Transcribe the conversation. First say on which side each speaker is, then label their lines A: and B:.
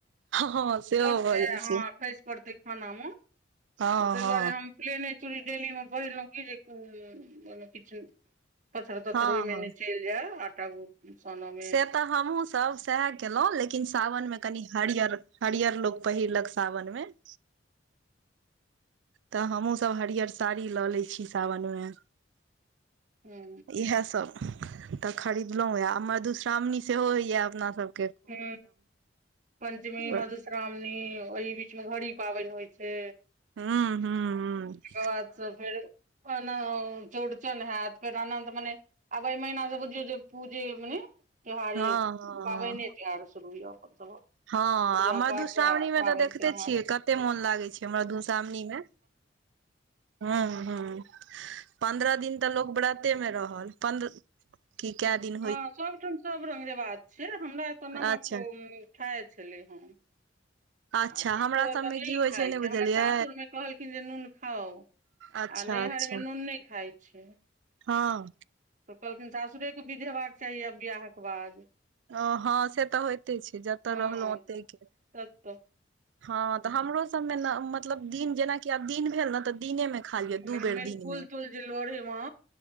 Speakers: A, on the right (about 70°); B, on the right (about 45°).
A: हँ सेहो
B: मस्ते
A: भऽ
B: अइ
A: जाइ
B: अहां
A: छै
B: अठाईस <inaudible> परतै खाना मे त
A: हँ
B: ताहि
A: हँ
B: द्वारेहम पलेने चुरी बजै छलहुं की जे ओहिमे किछु पत्थर तथर
A: हँ
B: ओहिमे
A: हँ
B: ने चलि जा आटाबु सम <inaudible>
A: से तऽ हमहुँसभ सएह केलहुँ लेकिन सावनमे कनि हरियर ' हरियर लोक पहिरलक सावन मे ' तऽ हमहूँसभ हरियर साड़ी लऽ लै छी सावन मे
B: ह
A: इएहसभ तऽ खरीदलहुँ यै मधुश्रावणी सेहो होइयै अपना सभ
B: हुँ पंचमी
A: हूं
B: मधु श्रावणी मधुश्रावणी ओहि बीच मे घड़ी पाबनि होय छै
A: हू हू हू
B: ओकर बाद स फेर ओ चौड़चनि हैयत फेर अनंत मने आब अय महिना स बुझियो जे पूजे मने त्योहारे
A: हँ हँ
B: पाबनि त्यौहार शुरू य अपन सभक
A: हँ
B: पूजा
A: आ मधुश्रावणी
B: पाठ आ
A: मे
B: पाबनि
A: तऽ देखते
B: तिहार
A: छियै कते मोन लागै छै मधुश्रावणी मे ह्म ह्म पन्द्रह दिन तऽ लोक व्रते मे रहल पन्द्रह की क्या दिन
B: हँ सबठाम सब रंग रिवाज छै हमरा एतय
A: अच्छा
B: नमक खाय छलै हं
A: अच्छा
B: आ ककरो
A: हमरा
B: एतऽ
A: सबमे
B: नहि
A: की होइ
B: खाय छै
A: बुझलियै
B: हमर सासुर मे कहलखिन जे नून खाउ
A: अच्छा
B: आ नैहरमे
A: अच्छा
B: नून नहि खाय छै
A: हँ
B: तऽ ओ कहलखिन सासुरेके विध हेबाक चाही आब बियाहक बाद
A: ओ हँ से तऽ होइते छै जतऽ
B: हँ
A: रहलहुँ ओते
B: तऽ
A: के
B: तब तऽ
A: हँ तऽ हमरो सब मे ने मतलब दिन जेनाकि आब दिन भेल न तऽ दिने मे खा लिअ
B: लेकिन
A: दू बेर
B: मेन
A: दिन
B: फूल
A: मे
B: तूल जे लोढ़े म